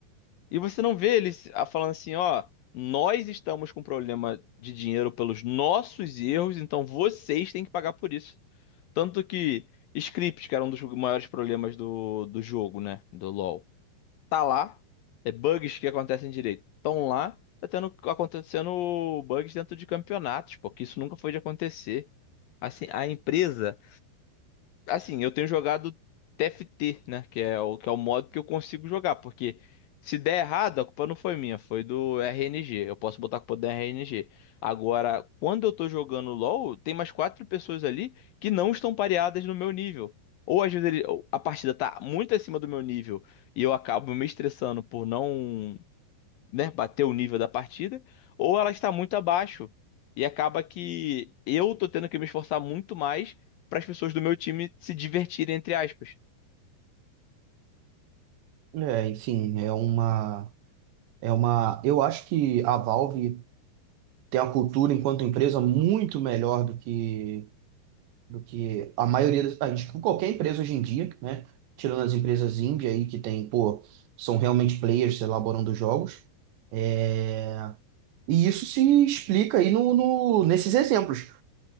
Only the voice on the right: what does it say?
É, enfim, é uma, é uma. Eu acho que a Valve tem uma cultura enquanto empresa muito melhor do que do que a maioria das, ah, acho que qualquer empresa hoje em dia, né? Tirando as empresas indie aí que tem, pô, são realmente players elaborando jogos. É, E isso se explica aí no, no- nesses exemplos.